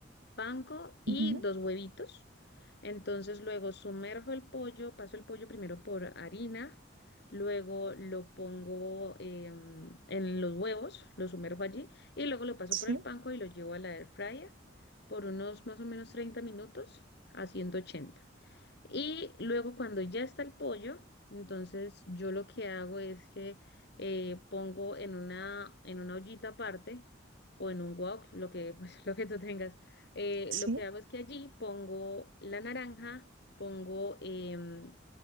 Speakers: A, on the left (about 55°); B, on the right (about 85°).
A: panko y
B: ujú,
A: dos huevitos. Entonces luego sumerjo el pollo, paso el pollo primero por harina, luego lo pongo em, en los huevos, lo sumerjo allí y luego lo paso
B: sí,
A: por el panko y lo llevo a la air fryer por unos más o menos 30 minutos a 180. Y luego cuando ya está el pollo, entonces yo lo que hago es que eh, pongo en una, en una ollita aparte o en un wok, lo que, pues, <laughs> lo que tú tengas. eh,
B: sí,
A: lo que hago es que allí pongo la naranja, pongo em,